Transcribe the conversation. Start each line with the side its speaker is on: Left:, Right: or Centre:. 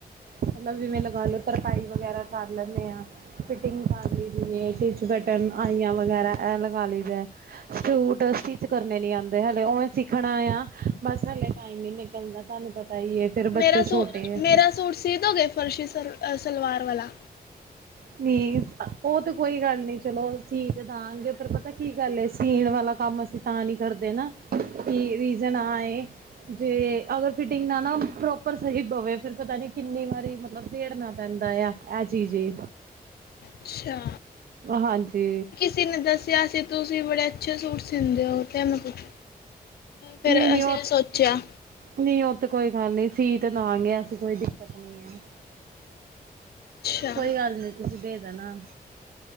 Right: ਮਤਲਬ ਜਿਵੇਂ ਲਗਾ ਲੋ, ਤਰਪਾਈ ਵਗੈਰਾ ਕਰ ਲੈਂਨੇ ਆ। ਫਿਟਿੰਗ ਕਰ ਲਈ, ਜਿਵੇੰ ਟੀਚ ਬਟਨ, ਆਈਆਂ ਵਗੈਰਾ ਇਹ ਲਗਾ ਲਈ ਦਾ ਏ। ਸੂਟ ਸਟਿਚ ਕਰਨੇ ਨੀ ਆਉਂਦੇ ਹਾਲੇ ਓਵੇ ਸਿੱਖਣਾ ਆ ਬਸ ਹਲੇ ਟਾਈਮ ਨੀ ਨਿਕਲਦਾ ਤੁਹਾਨੂੰ ਪਤਾ ਈ ਏ, ਫੇਰ
Left: ਮੇਰਾ
Right: ਬੱਚੇ ਛੋਟੇ
Left: ਸੂਟ
Right: ਐ।
Left: ਮੇਰਾ ਸੂਟ ਸੀ ਦੋਗੇ ਫਰਸ਼ੀ ਸਲ ਸਲਵਾਰ ਵਾਲਾ।
Right: ਪਲੀਸੁ, ਉਹ ਤੇ ਕੋਈ ਗੱਲ ਨੀ ਚਲੋ ਸੀ ਤੇ ਦਾਂਗੇ, ਪਰ ਪਤਾ ਕੀ ਗੱਲ ਏ, ਸੀਣ ਵਾਲਾ ਕੰਮ ਅਸੀ ਨਾ ਨੀ ਕਰਦੇ ਨਾ, ਕਿ ਰੀਜ਼ਨ ਆ ਇਹ ਜੇ ਅਗਰ ਫਿਟਿੰਗ ਨਾ ਨਾ ਪ੍ਰੋਪਰ ਸਹੀ ਪਵੇ, ਫਿਰ ਪਤਾ ਨੀ ਕਿੰਨੀ ਵਾਰੀ ਮਤਲਬ ਉਧੇੜਨਾ ਪੈਂਦਾ ਆ। ਇਹ ਚੀਜ਼ ਏ
Left: ਅੱਛਾ
Right: ਹਾਂਜੀ
Left: ਕਿਸੀ ਨੇ ਦੱਸਿਆ ਸੀ, ਤੁਸੀਂ ਬੜੇ ਅੱਛੇ ਸੂਟ ਸੀਨਦੇ ਹੋ, ਤੇ ਮੈਂ ਪੁੱਛ ਫਿਰ
Right: ਨਹੀ ਨਹੀ
Left: ਅਸੀਂ
Right: ਔ
Left: ਨੇ ਸੋਚਿਆ
Right: ਨੀਂ ਉਹ ਤੇ ਕੋਈ ਗੱਲ ਨੀ, ਸੀੜ ਤੇ ਮਾਰਨੀ ਐ, ਐਸੀ ਕੋਈ ਦਿੱਕਤ ਨੀ ਆ।
Left: ਅੱਛਾ
Right: ਕੋਈ ਗੱਲ ਨੀ, ਤੁਸੀ ਦੇ ਦੇਣਾ।